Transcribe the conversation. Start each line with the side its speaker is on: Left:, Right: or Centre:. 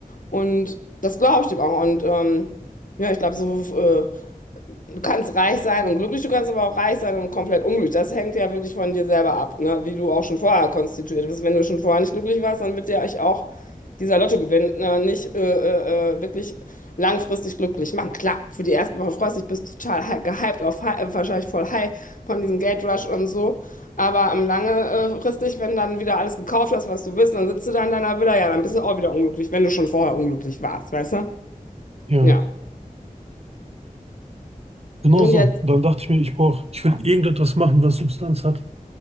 Left: Und das glaube ich dem auch. Und ähm, ja, ich glaube, so äh, Du kannst reich sein und glücklich, du kannst aber auch reich sein und komplett unglücklich. Das hängt ja wirklich von dir selber ab, ne? Wie du auch schon vorher konstituiert bist. Wenn du schon vorher nicht glücklich warst, dann wird dir euch auch dieser Lottogewinn äh, nicht äh, äh, äh, wirklich langfristig glücklich machen. Klar, für die ersten Wochen freust du dich, bist total hy- gehypt, auf, hy- äh, wahrscheinlich voll high von diesem Geldrush und so. Aber ähm, langfristig, wenn dann wieder alles gekauft hast, was du willst, dann sitzt du da in deiner Villa, ja, dann bist du auch wieder unglücklich, wenn du schon vorher unglücklich warst, weißt du?
Right: Ja,
Left: Ja.
Right: genau
Left: Und
Right: so.
Left: jetzt,
Right: Dann dachte ich mir, ich brauche, ich will irgendetwas machen, das Substanz hat.